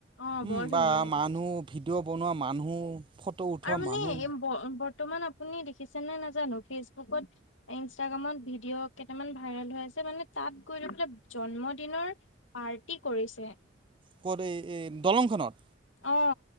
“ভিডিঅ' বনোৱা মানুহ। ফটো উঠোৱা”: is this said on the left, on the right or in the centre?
Right